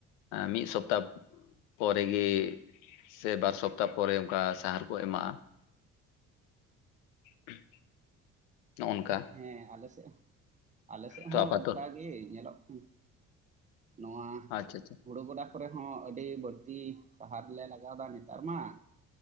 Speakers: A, on the left; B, on the right.
A: ᱢᱤᱫ ᱥᱚᱯᱛᱟ ᱯᱚᱨᱮᱜᱤ ᱥᱮ ᱵᱟᱨ ᱥᱚᱯᱛᱟ ᱯᱚᱨᱮ ᱚᱱᱠᱟ ᱥᱟᱲ ᱠᱚ ᱮᱢᱟᱜ-ᱟ ᱾ <unintelligible> ᱱᱚᱜᱼᱚ ᱱᱚᱝᱠᱟ
B: ᱦᱮᱸ ᱟᱞᱮ ᱥᱮᱫ, ᱟᱞᱮᱥᱮᱫ
A: ᱛᱚ
B: ᱦᱚᱸ
A: ᱟᱯᱟᱛᱚ
B: ᱚᱱᱠᱟ ᱜᱮ ᱧᱮᱞᱚᱜ ᱾ ᱱᱚᱣᱟ
A: ᱟᱪᱪᱷᱟ ᱟᱪᱪᱷᱟ
B: ᱦᱩᱲᱩ ᱜᱚᱰᱟ ᱠᱚᱨᱮ ᱦᱚᱸ ᱟᱹᱰᱤ ᱵᱟᱹᱲᱛᱤ ᱥᱟᱦᱟᱨ ᱞᱮ ᱞᱟᱜᱟᱣ ᱫᱟ ᱱᱮᱛᱟᱨ ᱢᱟ ᱾